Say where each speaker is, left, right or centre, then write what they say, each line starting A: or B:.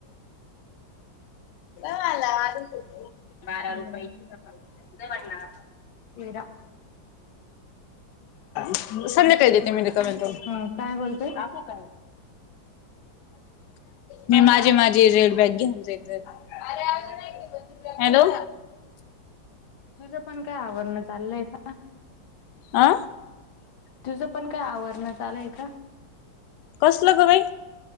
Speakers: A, on the left (about 70°); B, on the left (about 80°).
A: आला आ. <unintelligible>
B: बारा रुपये तेरा
A: ना संध्याकाळी
B: <inaudible> हा
A: देते मी रिकामे करून
B: काय बोलतोय काकू काय?
A: मी माझी माझी रेड बॅग घेऊन रे बॅग <unintelligible> हॅलो!
B: ह तुझं पण काय आवरण चाललंय का?
A: आं.
B: तुझं पण काय आवरण चाळु ये का
A: कसलं ग बाई